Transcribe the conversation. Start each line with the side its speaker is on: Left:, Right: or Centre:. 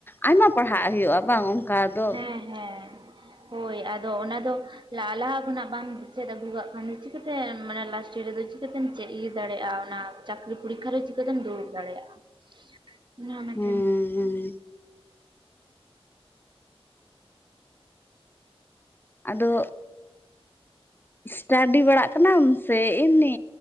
Left: ᱟᱭᱢᱟ ᱯᱟᱲᱦᱟᱜ ᱦᱩᱭᱩᱜᱼᱟ ᱵᱟᱝ ᱚᱱᱠᱟ ᱫᱚ
Right: ᱦᱮᱸ ᱦᱮᱸ ᱦᱳᱭ ᱟᱫᱚ ᱚᱱᱟ ᱫᱚ ᱞᱟᱦᱟ ᱞᱟᱦᱟ ᱠᱷᱚᱱᱟᱜ ᱵᱟᱢ ᱪᱮᱫ ᱟᱹᱜᱩ ᱠᱟᱜ ᱠᱷᱟᱱ ᱫᱚ ᱪᱤᱠᱟᱹᱛᱮ ᱢᱟᱱᱮ ᱨᱮᱫᱚ ᱪᱤᱠᱟᱹᱛᱮᱢ ᱪᱮᱫ ᱤᱭᱟᱹ ᱫᱟᱲᱮᱭᱟᱜᱼᱟ ᱚᱱᱟ ᱪᱟᱹᱠᱨᱤ ᱯᱚᱨᱤᱠᱠᱷᱟ ᱨᱮ ᱪᱤᱠᱟᱹᱛᱮᱢ ᱫᱩᱲᱩᱹᱵ ᱫᱟᱲᱮᱭᱟᱜᱼᱟ᱾
Left: <inaudible>
Right: <unintelligible>
Left: ᱦᱩᱸ
Right: ᱦᱠ
Left: ᱟᱫᱚ ᱥᱴᱟᱰᱤ ᱵᱟᱲᱟᱜ ᱠᱟᱱᱟᱢ ᱥᱮ ᱮᱢᱱᱤ